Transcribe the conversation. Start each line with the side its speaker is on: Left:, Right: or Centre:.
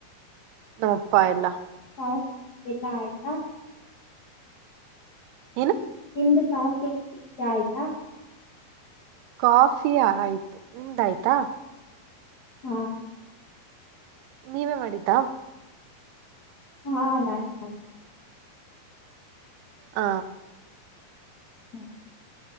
Right: ನಮ್ಮಪ್ಪ ಎಲ್ಲಾ
Left: ಹ ಎಲ್ಲಾ ಆಯ್ತಾ
Right: ಏನು
Left: ನಿಮ್ದು ಕಾಫಿ ಟೀ ಆಯ್ತಾ
Right: ಕಾಫಿಯಾ ಆಯ್ತು ನಿಮ್ದ ಆಾಯ್ತಾ
Left: ಹಾ
Right: ನೀವೇ ಮಾಡಿದ್ದ
Left: ಹಾ ನಾನ ಪಿ
Right: <inaudible> ಹ
Left: ಹಾಂ